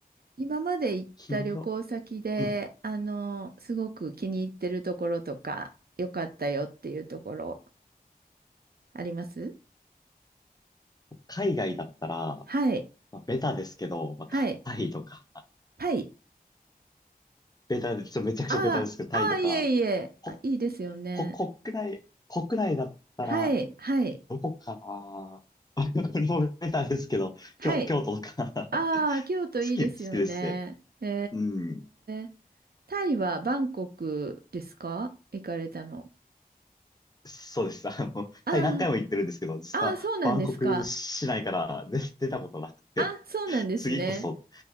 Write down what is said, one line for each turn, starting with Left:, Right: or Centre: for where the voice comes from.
Right: 今まで行った旅行先で、
Left: 頻度、うん。
Right: あの、すごく気に入ってるところとか、良かったよっていうところ、あります
Left: 海外だったら、
Right: はい、
Left: まあ、ベタですけど、まあ、
Right: はい、
Left: タタイとか、
Right: タイ。
Left: ベタで、ちょっとめちゃくちゃベタですけど、
Right: ああ、
Left: タイとか、
Right: ああ、いえいえ、
Left: こ、
Right: あ、いいですよね。
Left: こ、国内、国内だったら、
Right: はい、はい、
Left: どこかな <laughs> これもうベタですけど、
Right: はい。
Left: 京、京都とか
Right: ああ、
Left: <laughs> 好
Right: 京都いいですよね。
Left: き、好きですね。
Right: へ
Left: うん。
Right: え。タイはバンコクですか行かれたの。
Left: そうです。あの、
Right: あ
Left: タイ何回も行ってるんですけど、実はバンコク市内から出、
Right: あ、ああ、そうなんですか。
Left: 出たことなくて、
Right: あ、そうなんですね。
Left: 次こそ、